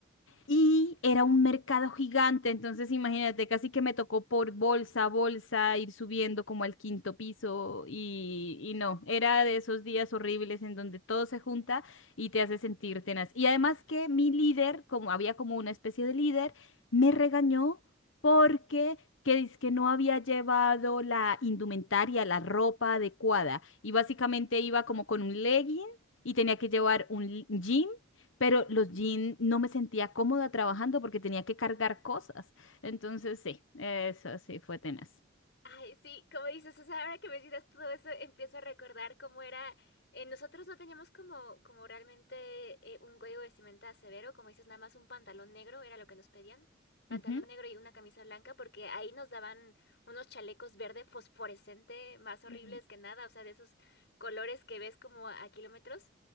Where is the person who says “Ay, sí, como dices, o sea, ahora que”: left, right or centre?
Left